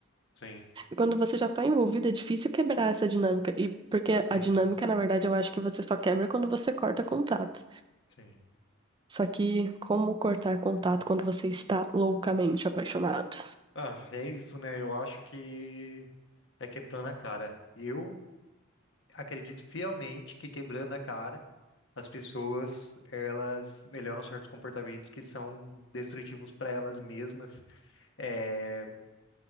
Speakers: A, on the left; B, on the right.
A: Sim,
B: Quando você já tá envolvido, é difícil quebrar essa dinâmica. E porque
A: sim,
B: a dinâmica, na verdade, eu acho que você só quebra quando você corta contato.
A: sim.
B: Só que como cortar contato quando você está loucamente apaixonado?
A: Ah, é isso, né? Eu acho que é quebrando a cara. Eu acredito fielmente que quebrando a cara, as pessoas, elas melhoram certos comportamentos que são destrutivos para elas mesmas. É,